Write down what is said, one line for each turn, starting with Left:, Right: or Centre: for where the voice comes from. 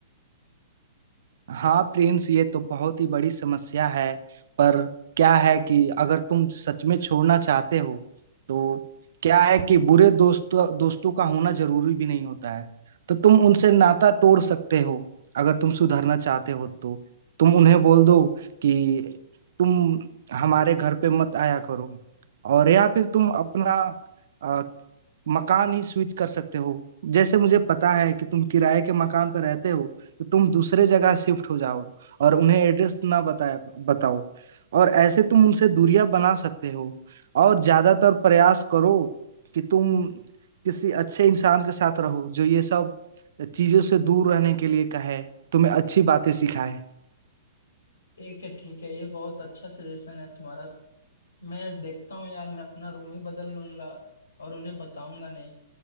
Right: हाँ प्रिंस ये तो बहुत ही बड़ी समस्या है पर क्या है कि अगर तुम सच में छोड़ना चाहते हो तो क्या है कि बुरे दोस्त दोस्तों का होना जरूरी भी नहीं होता है तो तुम उनसे नाता तोड़ सकते हो अगर तुम सुधरना चाहते हो तो तुम उन्हें बोल दो कि तुम हमारे घर पे मत आया करो और या फिर तुम अपना अ, मकान ही स्विच कर सकते हो जैसे मुझे पता है कि तुम किराए के मकान पर रहते हो तो तुम दूसरे जगह शिफ्ट हो जाओ और उन्हें एड्रेस ना बताए बताओ और ऐसे तुम उनसे दूरियां बना सकते हो और ज्यादातर प्रयास करो कि तुम किसी अच्छे इंसान के साथ रहो जो ये सब चीजों से दूर रहने के लिए कहे तुम्हें अच्छी बातें सिखाए
Left: ठीक है ठीक है ये बहुत अच्छा सजेशन है तुम्हारा मैं देखता हूँ यार मैं अपना रूम ही बदल लूंगा और उन्हें बताऊंगा नहीं